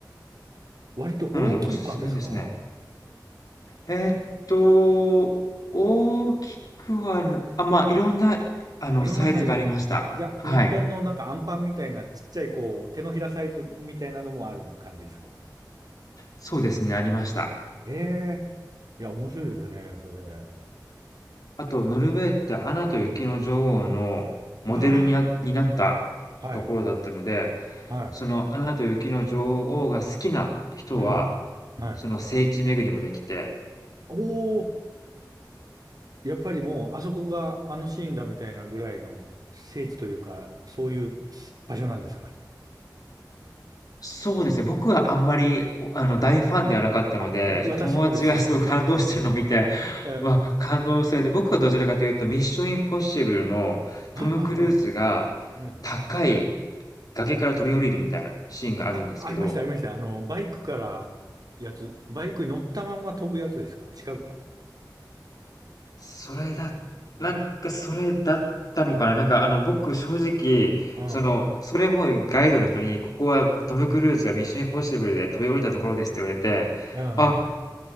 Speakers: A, on the right; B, on the left.
A: 割と大きいパンですか
B: なのでおすすめですね。えーっと、大きくは、あ、まあ、いろんな、あの、
A: いろんなサイズ。
B: サイズがありました。
A: じゃあ、
B: はい。
A: 日本のなんかアンパンみたいなちっちゃいこう、手のひらサイズみたいなのもある感じですか
B: そうですね、ありました。
A: ええいや、面白いですね、それ。あ
B: あと、ノルウェーってアナと雪の女王のモデルになになったところだったので、
A: あ、はい、はい、
B: そのアナと雪の女王が好きな人は、
A: うん、はい。
B: その聖地巡りもできて
A: おお、やっぱりもう、あそこがあのシーンだみたいなぐらいの聖地というか、そういう場所なんですか
B: そうですね、僕はあんまり、おあの、大ファンではなかったので、
A: あ、私もです。
B: そう、友達がすごい感動してるのを見て、
A: <laughs>
B: <laughs>
A: はい、
B: わ、感動されて、僕はどちらかというと、ミッションインポッシブルのトム・
A: はい、は
B: クルーズが
A: いうん。うん
B: 高い崖から飛び降りるみたいなシーンがあるんですけど、
A: あ、ありました、ありました。あの、バイクからやつ、バイクに乗ったまま飛ぶやつですか違うか。
B: それだなんかそれだったのかな、なんか、あの、僕正直、
A: うん。
B: その、それもガイドの人に、ここはトム・クルーズがミッションインポッシブルで飛び降りたところですって言われて、
A: うんうん。
B: あ、